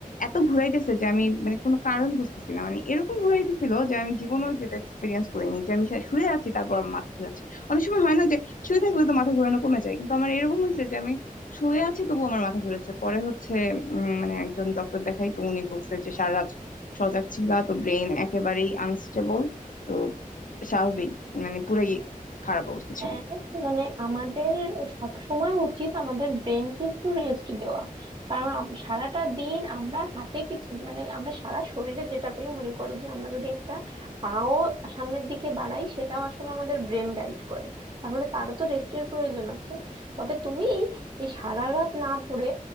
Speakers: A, on the left; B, on the right.
A: এত ঘুরাইতেছে যে আমি মানে কোনো কারণ বুঝতেছি না মানে এরকম ঘুরাইতেছিল যে আমি জীবনেও যেটা এক্সপিরিয়েন্স করিনি যে আমি শা- শুয়ে আছি তারপর আমার মাথা ঘুরাচ্ছে অনেক সময় হয় না যে শুয়ে থাকলে তো মাথা ঘুরানো কমে যায় কিন্তু আমার এরকম হয়েছে যে আমি শুয়ে আছি তবু আমার মাথা ঘুরেছে পরে হচ্ছে উম, মানে একজন ডক্টর দেখাই তো উনি বলছে যে সারা রাত সজাগ ছিলা তো ব্রেন একেবারেই আনস্টেবল তো স্বাভাবিক মানে পুরাই খারাপ অবস্থা
B: হ্যাঁ
A: ছিল
B: মানে আমাদের সব সময় উচিত আমাদের ব্রেনকে একটু রেস্ট দেওয়া কারণ আম- সারাটা দিন আমরা হাতে কিছু মানে আমরা সারা শরীরে যেটা করি মনে করো যে আমরা যদি একটা পাও সামনের দিকে বাড়াই সেটাও আসলে আমাদের ব্রেন গাইড করে তাহলে তারও তো রেস্টের প্রয়োজন আছে তবে তুমি এই সারা রাত না পড়ে